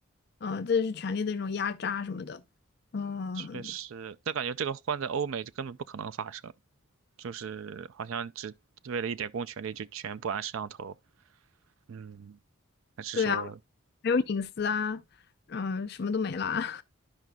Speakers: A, on the left (about 50°); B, on the right (about 75°).
A: 嗯、这是权力的一种压榨什么的。嗯，
B: 确实，但感觉这个换在欧美就根本不可能发生，就是好像只为了一点公权力就全部安摄像头。嗯，还是说，
A: 对啊，没有隐私啊，嗯，什么都没啦，